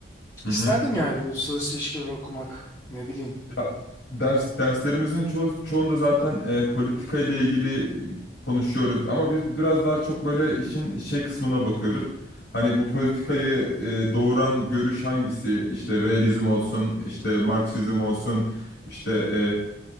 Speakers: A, on the left (about 70°); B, on the left (about 20°).
A: Hı
B: İsterdim
A: hı.
B: yani bir uluslararası ilişkiler okumak ne bileyim.
A: Ya, ders derslerimizin ço çoğunda zaten e, politika ile ilgili konuşuyoruz ama biz biraz daha çok böyle işin şey kısmına bakıyoruz. Hani bu politikayı e, doğuran görüş hangisi? İşte realizm olsun, işte Marksizm olsun, işte e,